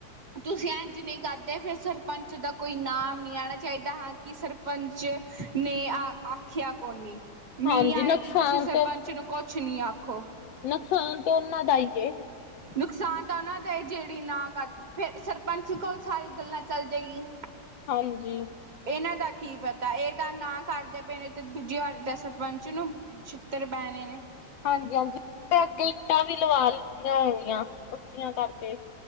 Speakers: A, on the right; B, on the left.
A: ਤੁਸੀਂ ਇੰਜ ਨਹੀਂ ਕਰਦੇ, ਫਿਰ ਸਰਪੰਚ ਦਾ ਕੋਈ ਨਾਮ ਨਹੀਂ ਆਉਣਾ ਚਾਹੀਦਾ, ਹਾਂ ਕਿ ਸਰਪੰਚ ਨੇ ਆਖਿਆ ਕੋਨੀ, ਮੀਂਹ
B: ਹਾਂਜੀ
A: ਆਏ
B: ਨੁਕਸਾਨ
A: ਤੇ ਤੁਸੀਂ ਸਰਪੰਚ
B: ਤੇ
A: ਨੂੰ ਕੁਛ ਨਹੀਂ ਆਖੋ।
B: ਨੁਕਸਾਨ ਤਾਂ ਉਹਨਾਂ ਦਾ ਹੀ, ਏ।
A: ਨੁਕਸਾਨ, ਤਾਂ ਉਹਨਾਂ ਦਾ ਜੇਹੜੀ ਨਾ ਕਰ ਫੇਰ ਸਰਪੰਚ ਕੋਲ, ਸਾਰੀ ਗੱਲਾਂ ਚੱਲ ਜਾਏਗੀ
B: ਹਾਂਜੀ।
A: ਇਹਨਾਂ ਦਾ ਕੀ ਪਤਾ, ਇਹ ਤਾਂ ਨਾ ਕਰਦੇ ਪਏ ਨੇ, ਤੇ ਦੂਜੀ ਵਾਰੀ ਦਾ ਸਰਪੰਚ ਨੂੰ ਛਿਤਰ ਪੈਣੇ ਨੇ।
B: ਹਾਂਜੀ- ਹਾਂਜੀ, ਅੱਗੇ ਇੱਟਾਂ ਵੀ ਲਵਾ ਲਿੱਤੀਆਂ ਹੋਣਗੀਆਂ, ਉੱਚੀਆਂ ਕਰਕੇ।